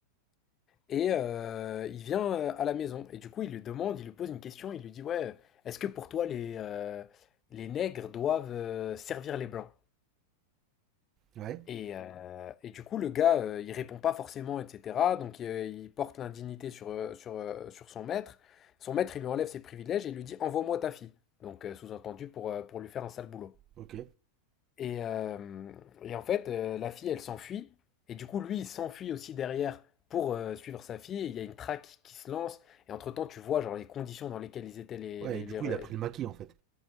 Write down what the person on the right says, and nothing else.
Ouais,
ok.
Ouais,
et du
coup,
il a pris le maquis, en fait.